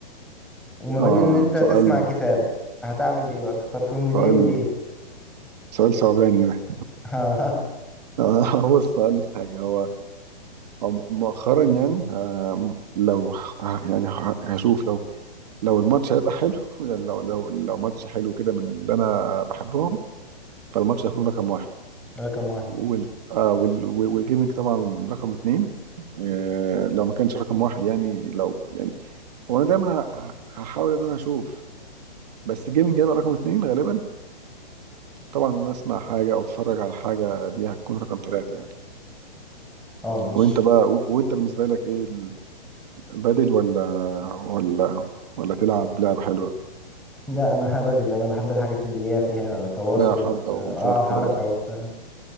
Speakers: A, in the centre; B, on the right (about 45°).
A: وما
B: اه
A: بين ان انت تسمع
B: سؤال
A: كتاب هتعمل ايه بقى تختار فيهم وليه
B: سؤال
A: وليه
B: سؤال صعباني ده
A: <laughs>
B: آه <laughs> هو السؤال حاجه هو هو م- مؤخرا يعني آه، لو هحت- يعني ه- هشوف لو لو الماتش هيبقى حلو <laughs> يعني لو لو لو ماتش حلو كده من اللي انا بحبهم فالماتش هيكون رقم واحد
A: رقم واحد
B: وال آه وال وال- والجيمنج طبعا رقم اتنين آه لو ما كانش رقم واحد يعني لو يعني هو انا دايما ه- هحاول ان انا اشوف بس الجيمنج هيبقى رقم اتنين غالبا طبعا ان انا اسمع حاجه او اتفرج على حاجه دي هتكون رقم ثلاثه يعني
A: اه مش
B: وانت بقى و- وانت بالنسبه لك ايه بدل ولا ولا ولا تلعب لعبة حلوة
A: لا انا هبدل انا بحب الحاجات اللي هي فيها تواصل
B: فيها حركة
A: اه
B: ومشاركة
A: آه، حركة وبتاع